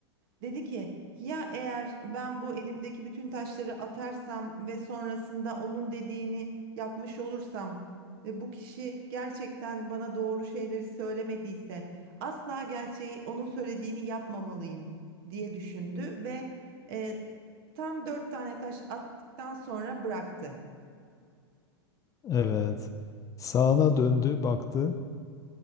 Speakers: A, on the right; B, on the left.
A: Dedi ki ya eğer ben bu elimdeki bütün taşları atarsam ve sonrasında onun dediğini yapmış olursam ve bu kişi gerçekten bana doğru şeyleri söylemediyse asla gerçeği onun söylediğini yapmamalıyım diye düşündü ve e, tam dört tane taş attıktan sonra bıraktı.
B: evet sağına döndü, baktı.